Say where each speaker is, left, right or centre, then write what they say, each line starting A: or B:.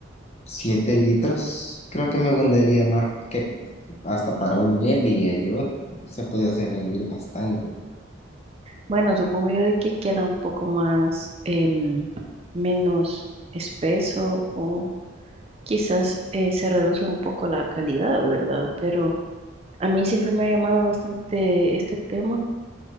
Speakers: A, on the left; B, on the right.
A: 7 litros creo que me gustaría más. que hasta para un mes, diría yo, se podía hacer rendir bastante.
B: Bueno, supongo yo de que queda un poco más, em, menos espeso o quizás eh, se reduce un poco la calidad, ¿verdad? Pero a mí siempre me ha llamado bastante este tema